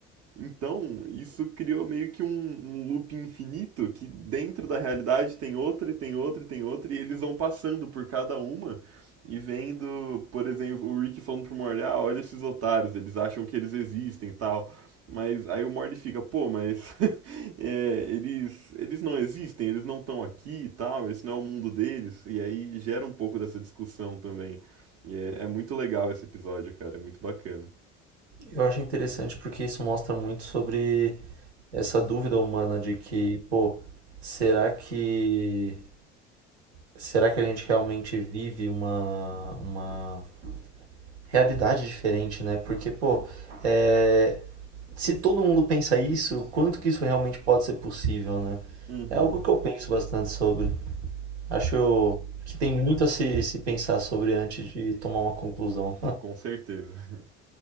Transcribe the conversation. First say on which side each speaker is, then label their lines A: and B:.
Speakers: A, on the right; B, on the right.
A: Então, isso criou meio que um, um loop infinito que dentro da realidade tem outra e tem outra e tem outra, e eles vão passando por cada uma e vendo, por exemplo, o Rick falando pro Morty, ah, olha esses otários, eles acham que eles existem e tal. Mas aí o Morty fica, pô, mas <laughs> é, eles, eles não existem, eles não estão aqui e tal, esse não é o mundo deles. E aí gera um pouco dessa discussão também. E é, é muito legal esse episódio, cara, é muito bacana.
B: Eu acho interessante porque isso mostra muito sobre essa dúvida humana de que, pô, será que será que a gente realmente vive uma uma realidade diferente, né? Porque, pô, é, se todo mundo pensa isso, quanto que isso realmente pode ser possível, né?
A: Uhum,
B: É algo que eu penso bastante sobre. Acho que tem muito a se, se pensar sobre antes de tomar uma conclusão.
A: com certeza. <laughs>